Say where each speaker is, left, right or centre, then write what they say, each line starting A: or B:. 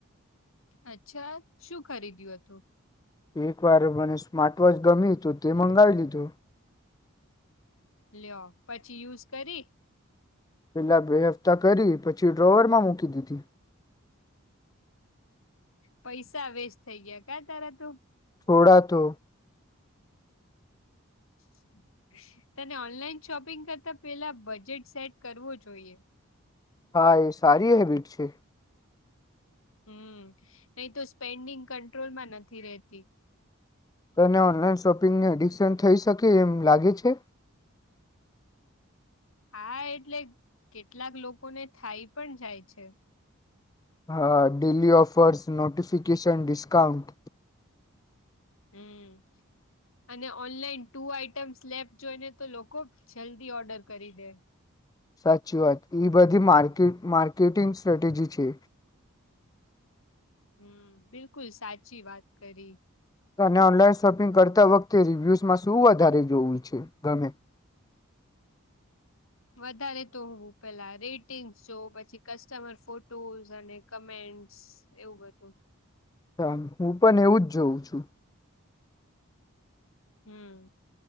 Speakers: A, on the left; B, on the left.
A: અચ્છા શું ખરીદ્યું હતું.
B: એક વાર મને સ્માર્ટ વોચ ગમ્યું હતું તે મંગાવી લીધું.
A: લ્યો પછી યુઝ કરી.
B: પેલા બે હપ્તા કરી પછી ડ્રોવરમાં મૂકી દીધી.
A: પૈસા વેસ્ટ થઈ ગયા ક્યા તાર તું.
B: થોડા તો.
A: <inaudible> તને ઓનલાઈન શોપિંગ કરતા પેલા બજેટ સેટ કરવો જોઈએ
B: હા એ સારી હેબિટ છે.
A: હમ્ નહી તો સ્પેન્ડિંગ કંટ્રોલ માં નથી રહતી
B: તને ઓનલાઈન શોપિંગની તન થય શકે એમ લાગે છે.
A: હા એટલે કેટલાક લોકોને થાય પણ જાય છે.
B: હા ડેલી ઓફર્સ નોટિફિકેશન ડિસ્કાઉન્ટ
A: હમ્ અને ઓનલાઈન ટુ આઇટમ્સ લેફ્ટ જોઈને તો લોકો જલ્દી ઓર્ડર કરી દે
B: સાચી વાત એ બધી માર્કેટ-માર્કેટિંગ સ્ટ્રેટેજી છે.
A: હમ્ બિલકુલ સાચી વાત કરી
B: અને ઓનલાઈન શોપિંગ કરતા વખતેજ રિવ્યુઝમાં શું વધારે જોવું છે ગમે
A: વધારે તો હું પેલા રેટિંગ્સ જોવ પછી કસ્ટમર ફોટોઝ અને કમેન્ટસ એવું બધું
B: <unintelligible> હું પણ એવું જ જોઉં છું.
A: હમ્